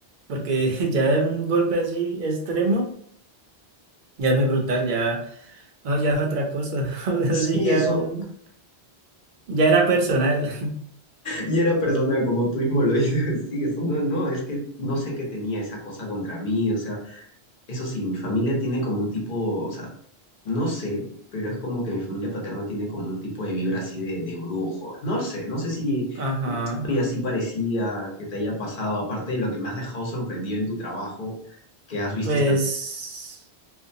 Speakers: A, on the right; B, on the left.
A: porque <laughs> ya un golpe así extremo, ya es muy brutal, ya, oh, ya es otra cosa, <laughs> así
B: Sí,
A: ya,
B: eso,
A: un- ya era personal.
B: y era personal, como tú mismo lo dices, <laughs> sí, eso no, no, es que no sé qué tenía esa cosa contra mí, o sea, Eso sí, mi familia tiene como un tipo, o sea, no sé, pero es como que mi familia paterna tiene como un tipo de vibra así de, de brujo. No sé, no sé si
A: <laughs> Ajá,
B: hoy así parecía que te haya pasado, aparte de lo que me has dejado sorprendido en tu trabajo, que has visto
A: pues
B: esta...